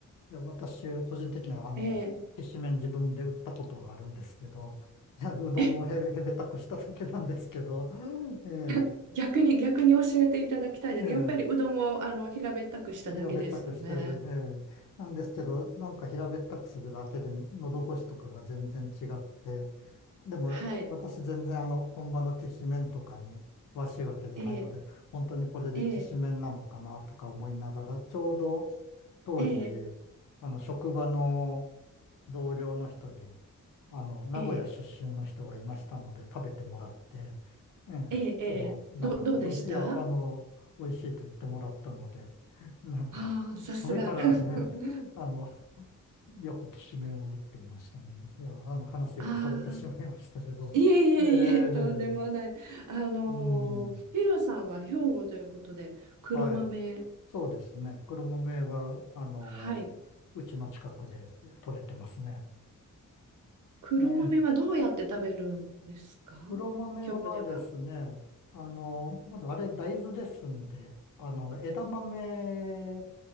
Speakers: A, on the left; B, on the right.
A: いや、私、個人的には、あの、
B: え
A: きしめん自分で売ったことはあるんですけど、いや、うどんをへ、
B: え
A: へべたくしただけなんですけど、<laughs> ええ、
B: <laughs> 逆に、逆に教えていただきたいです。
A: ええ、
B: やっぱりうどんをあの平べったくしただけですよね。
A: 平べったくして、ええ、なんですけど、なんか平べったくするだけで、喉越しとかが全然違って、でも、
B: はい。
A: 私全然あの、本場のきしめんとかに詳しいわけじゃないので、
B: ええ、
A: 本当にこれできしめんなのかなとか思いながら、
B: ええ、
A: ちょうど当時、
B: ええ、
A: あの、職場の同僚の人に、あの、名古屋出身の人がいましたので食べてもらって、
B: ええ、
A: ええ、
B: ええ、ええど、
A: おなんか、
B: どうでした
A: おいしい、いや、あの、美味しいと言ってもらったので、なんか、
B: ああ、さすが。
A: それから
B: <laughs>
A: <laughs> あの、よくきしめんを打っていましたね。いや、あの話がそれてしまいましたけど。
B: ああ、いえいえいえ、
A: ええ、
B: とんでもない。あのーヒロさんは兵庫ということで、
A: うん、
B: 黒豆、
A: はい、そうですね。黒豆は、あの、
B: はい。
A: うちの近くで取れてますね。
B: 黒豆はどうやって食べるんですか
A: ええ黒豆はですね、
B: 兵庫では。
A: あの、まずあれ大豆ですんで、あの、枝豆